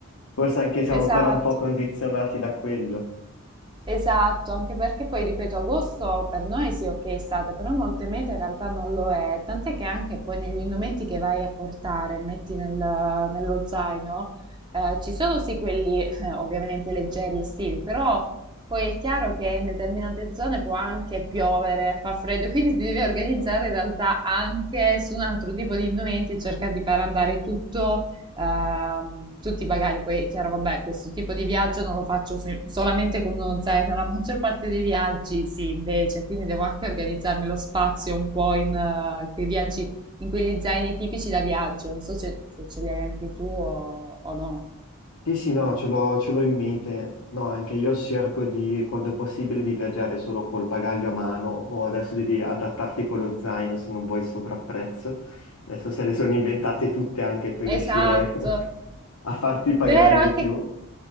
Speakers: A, on the left (about 80°); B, on the right (about 20°).
A: Forse anche siamo
B: esatto.
A: ancora un po' condizionati da quello.
B: Esatto, anche perché poi, ripeto, agosto per noi sì, ok, estate, però molte mete in realtà non lo è, tant'è che anche poi negli indumenti che vai a portare, metti nel- nello zaino, eh, ci sono sì quelli <laughs> eh, ovviamente leggeri estivi, però poi è chiaro che in determinate zone può anche piovere, fa freddo, quindi ti devi organizzare in realtà anche su un altro tipo di indumenti, cercare di far andare tutto ehm, tutti i bagagli. Poi è chiaro, vabbè, questo tipo di viaggio non lo faccio se- solamente con uno zaino, la maggior parte dei viaggi sì, invece, quindi devo anche organizzarmi lo spazio un po' in eh, quei viaggi, in quegli zaini tipici da viaggio. Non so se, se ce li hai anche tu o, o no.
A: Sì, sì, no, ce l'ho ce l'ho in mente. No, anche io cerco di, quando è possibile, di viaggiare solo col bagaglio a mano o adesso devi adattarti con lo zaino se non vuoi sovrapprezzo. Adesso se le sono inventate tutte anche per
B: Esatto,
A: riuscire <laughs> a farti pagare
B: vero,
A: di
B: anche,
A: più.